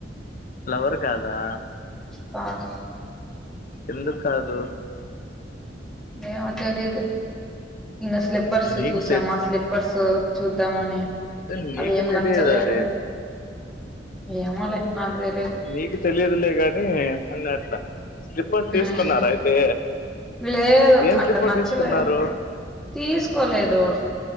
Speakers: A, on the left; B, in the centre.
A: లవర్ కాదా
B: కాదు
A: ఎందుకు కాదు
B: ఏమో తెలీదు ఇంగా స్లిప్పర్స్
A: నీకు
B: చూసామా ఆ స్లిప్పర్స్ సో చూద్దామని
A: అదే నీకు
B: అవి ఏం
A: తెలియదు
B: నచ్చలేదు
A: అది
B: ఏమోలే నాకు తెలీదు
A: నీకు తెలిదులేగాని అన్నాట్లా స్లిప్పర్స్ తీసుకున్నారా
B: ఉమ్
A: అయితే
B: లేదు
A: ఏం
B: అక్కడ
A: స్లిప్పర్
B: నచ్చలేదు
A: తీసుకున్నారు
B: తీసుకోలేదు